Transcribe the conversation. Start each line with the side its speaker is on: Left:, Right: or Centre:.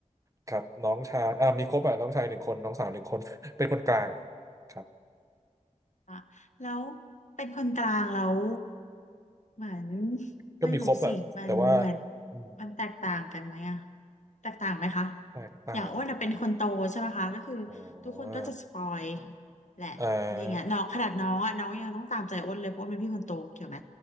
Right: ครับน้องชายอ่ามีครบอ่ะน้องชายหนึ่งคนน้องสาวหนึ่งคน <laughs> เป็นคนกลางครับ
Left: อ่ะแล้วเป็นคนกลางแล้วเหมือน
Right: ก็มีครบอ่ะแต่ว่า
Left: ไม่รู้สิมันเหมือน
Right: อืม
Left: มันแตกต่างกันไหมอะแตกต่างไหมคะ
Right: แตกต่างไหม
Left: อย่างอ้วนอะเป็นคนโตใช่ไหมคะก็คือทุกคนก็จะสปอย
Right: อ๋อ
Left: แหละอะไรเงี้ยน้องขนาดน้องอะน้องยังต้องตามใจอ้วนเลยเพราะว่าเป็นพี่คนโตเกี่ยวไหม
Right: อ่า